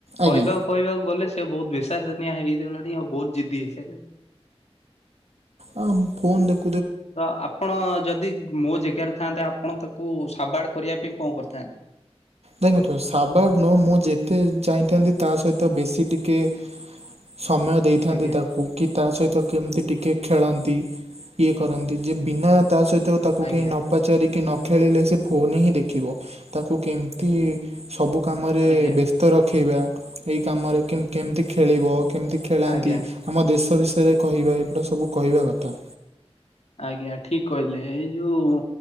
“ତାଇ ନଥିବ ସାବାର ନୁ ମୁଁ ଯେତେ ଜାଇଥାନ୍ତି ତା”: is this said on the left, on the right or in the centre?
Right